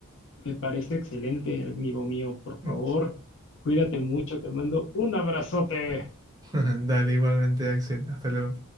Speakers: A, on the left (about 55°); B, on the right (about 15°).
A: Me parece excelente, amigo mío. Por favor,
B: <laughs>
A: cuídate mucho. Te mando un abrazote.
B: Dale, igualmente, Axel. Hasta luego.